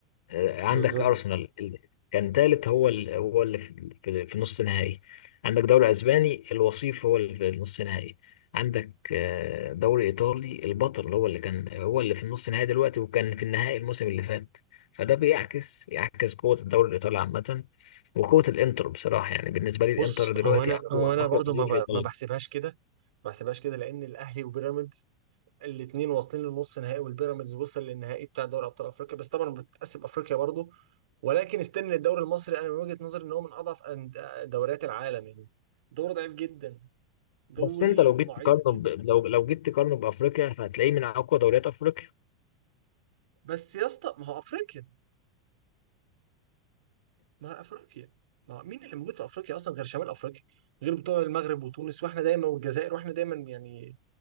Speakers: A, on the left; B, on the right.
A: آه، عندك
B: بالظبط
A: ارسنال ال- كان ثالث هو ال... هو اللي في... في في نص نهائي عندك دوري اسباني الوصيف هو اللي في نص نهائي عندك آه، دوري ايطالي البطل هو اللي كان هو اللي في النص نهائي دلوقتي وكان في النهائي الموسم اللي فات فده بيعكس يعكس قوة الدوري الايطالي عامة وقوة الانتر بصراحة يعني بالنسبة لي الانتر
B: بص
A: دلوقتي
B: هو انا
A: اقوى
B: هو انا
A: اقوى
B: برضو
A: فريق
B: ما ب-
A: في ايطاليا
B: ما بحسبهاش كده ما بحسبهاش كده لان الاهلي وبيراميدز الاثنين واصلين للنص نهائي والبيراميدز وصل للنهائي بتاع دوري ابطال افريقيا بس طبعا بتتقسم افريقيا برضو ولكن استنى الدوري المصري انا من وجهة نظري ان هو من اضعف أن- دوريات العالم يعني دوري ضعيف جدا دوري
A: بس انت لو جيت
B: ضعيف
A: تقارنه ب... لو لو جيت تقارنه بافريقيا فهتلاقيه من اقوى دوريات افريقيا
B: بس يا اسطى ما هو افريقيا ما افريقيا ما هو مين اللي موجود في افريقيا اصلا غير شمال افريقيا غير بتوع المغرب وتونس واحنا دايما والجزائر واحنا دايما يعني